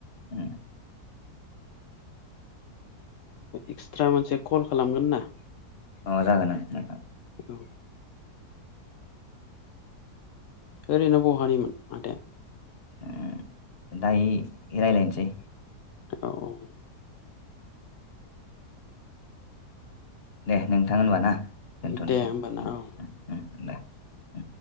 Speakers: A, on the left; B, on the left.
A: उम
B: एक्सट्रा मोनसे कल खालामगोन ना।
A: अ जागोन नो-नोंथां।
B: औ। ओरैनो बहानिमोन आदा‌या?
A: उम दायो राय्लायनोसै।
B: औ
A: दे नोंथां होनबा ना। दोनथ'नोसै
B: दे होमबा ना
A: उम
B: औ।
A: उम दे उम